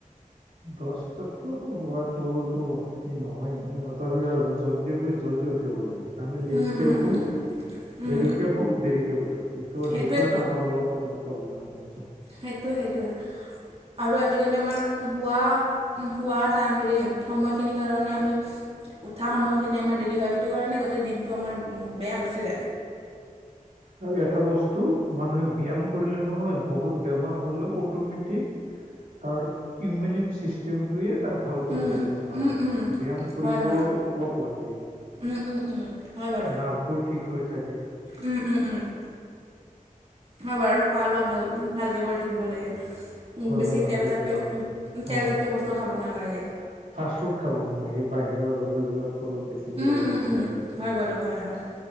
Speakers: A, on the right; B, on the right.
A: দচ টাতটো আৰু শুৱাটো এইটো এই নহয় এনে তথাপিও আৰু জল্দি শুই জল্দি উঠিব লাগে আমি লেটকে
B: উম উম
A: শোওঁ
B: উম উম
A: দেৰিকে শোওঁ দেৰিকে উঠো, এইটো
B: সেইটোৱেতো
A: সেইকাৰণে আমাৰ অলপ মানে প্ৰব্লেম হৈ আছে।
B: সেইটোৱে- সেইটোৱে, আৰু আজিকালি আমাৰ শোৱা শোৱা তাৰ হেৰি সময়খিনিৰ কাৰণে আমি উঠা সময়খিনি আমাৰ দেৰি হয়, সেইটো কাৰণে গোটেই দিনটো আমাৰ বেয়া গুচি যায়।
A: আৰু এটা বস্তু, মানুহে ব্যায়াম কৰিলে নহয় বহুত বেমাৰ হ'লেও অট'মেটিক তাৰ ইউমিনিন চিষ্টেমটোয়ে তাক ভাল কৰি
B: উম
A: দিয়ে বেমাৰটো,
B: উম উম,
A: ব্যায়াম কৰিব
B: হয় হয়
A: অলপ লাগে।
B: উম উম উম, হয় বাৰ
A: নাৰ্ভবোৰ ঠিক হৈ থাকে।
B: উম, উম, উম। হয় বাৰু, খোৱা লোৱা ভাল ভালকে কৰি থাকিব লাগে। উম,
A: খোৱা
B: বেছি
A: লোৱা ভালকে
B: তেল জাতীয়
A: কৰি থাকিব
B: উম
A: অ।
B: তেলজাতীয় বস্তু খাব নালাগে।
A: ফাষ্ট ফুড খাব নালাগে, বাহিৰৰ আৰু এইবিলাকতো অলপ বেছিকে
B: উম
A: হৈ
B: উম
A: গৈছে
B: উম
A: আজিকালি।
B: হয় বাৰু হয়-হয়।